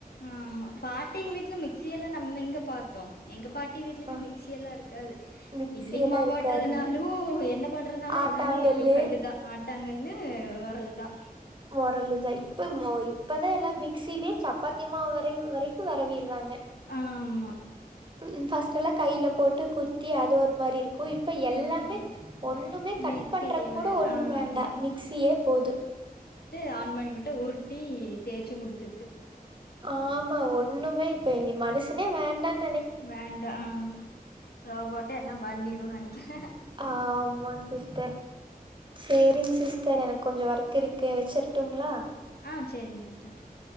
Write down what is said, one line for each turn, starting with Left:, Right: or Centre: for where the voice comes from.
Left: ஆமா பாட்டிங்க வீட்டுல மிக்சி எல்லாம் நம்ம எங்க பார்த்தோம் எங்க பாட்டி வீடலயுமே
Right: ஆ
Left: மிக்சி எல்லாம் இருக்காது
Right: மிக்சி
Left: இட்லிக்கு
Right: எல்லா
Left: மாவாட்டறதுனாலும்
Right: இருக்காது
Left: என்ன பண்றதுனாலும்
Right: ஆட்டாங்கல்லு
Left: எல்லாமே கல்லுதான் ஆ ஆட்டாங்கல்லு உரலு தான்
Right: உரலு இப்ப இப்பதான் எல்லாம் மிக் ஸிலே சப்பாத்தி மாவு வரை வரைக்கும் வரவிரு றாங்க
Left: ஆமா
Right: உ பஸ்ட் ல்லாம் கையில போட்டு குத்தி அது ஒரு மாதிரி இருக்கும் இப்ப எல்லாமே
Left: ம்
Right: ஒண்ணுமே கட்
Left: மிக்சிலயே
Right: பண்ற கூட ஒண்ணும்
Left: ஆமா
Right: வேண்டாம் மிக்சியே போதும்
Left: விட்டு ஆன் பண்ணி விட்டு உருட்டி தேய்ச்சு குடுத்துருது
Right: ஆமா ஒண்ணுமே இப்ப நீனி மனுஷனே வேண்டாம்
Left: வேண்டாம் ஆ ரோபோட்டே எல்லாம் பண்ணிரும்னு நினைக்கிறேன்
Right: ஆஹ் ஆமாங்க சிஸ்டர் சரிங்க சிஸ்டர் எனக்கு கொஞ்சம் ஒர்க் இருக்கு வச்சிருட்டுங்களா
Left: ஆஹ் சரிங்க சிஸ்டர்